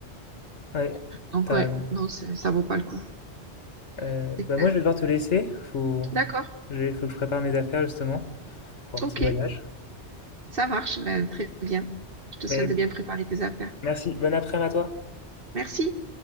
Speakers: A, on the left; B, on the right.
A: ouais,
B: Donc
A: t'as
B: ouais,
A: raison.
B: non, ça ça vaut pas le coup,
A: Euh,
B: c'est
A: bah,
B: clair.
A: moi, je vais devoir te laisser. Faut...
B: D'accord,
A: Il faut que je prépare mes affaires justement pour un
B: ok,
A: petit voyage.
B: ça marche, ben, très bien. Je te
A: Mais
B: souhaite de bien préparer tes affaires.
A: merci, bonne après-midi à toi.
B: Merci.